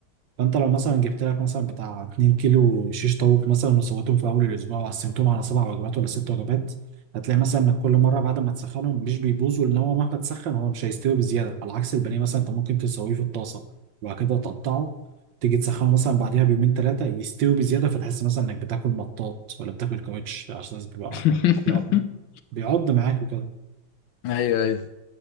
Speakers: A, on the right (about 65°); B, on the left (about 75°).
A: فانت لو مثلا جبت لك مثلا بتاع 2 كيلو شيش طاووق مثلا وسويتهم في اول الاسبوع وقسمتهم على سبع وجبات ولا ست وجبات هتلاقي مثلا انك كل مره بعد ما تسخنهم مش بيبوظوا لان هو مهما تسخن هو مش هيستوي بزياده على عكس البانيه مثلا انت ممكن تسويه في الطاسه وبعد كده تقطعه تيجي تسخنه مثلا بعديها بيومين ثلاثه يستوي بزياده فتحس مثلا انك بتاكل مطاط ولا بتاكل كاوتش عشان بيبقى
B: <laughs>
A: بيقعد بيعض معاك وكده
B: ايوه ايوه